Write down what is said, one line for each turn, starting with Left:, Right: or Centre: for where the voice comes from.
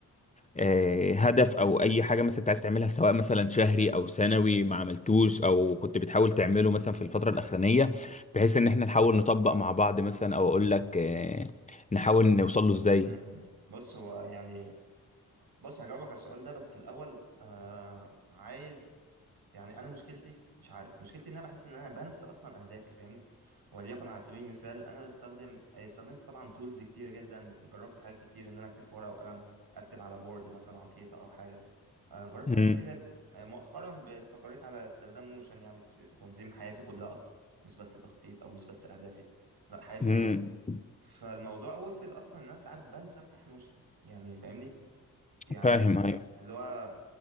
Left: آه، هدف او اي حاجه مثلا انت عايز تعملها سواء مثلا شهري او سنوي ما عملتوش او كنت بتحاول تعمله مثلا في الفتره الاخرانيه بحيث ان احنا نحاول نطبق مع بعض مثلا او اقول لك آه، نحاول نوصل له ازاي
Right: مم. بص هو يعني بص هجاوبك على السؤال ده بس الاول آه عايز يعني انا مشكلتي مش عارف مشكلتي ان انا بحس ان انا بنسى اصلا اهدافي فاهمني وليكن على سبيل المثال انا بستخدم آه، استخدمت طبعا تولز كتير جدا جربت حاجات كتير ان انا اكتب في ورقه وقلم اكتب على بورد مثلا على الحيطه او حاجه آه، جربت
Left: امم
Right: حاجات كتير جدا آه، مؤخرا ب- استقريت على استخدام نوشن يعني في في تنظيم حياتي كلها اصلا مش بس تخطيط او مش بس اهدافي لا حياتي
Left: امم
Right: كلها فالموضوع وصل اصلا ان انا ساعات بنسى افتح نوشن يعني فاهمني يعني
Left: فاهم ايوه
Right: اللي هو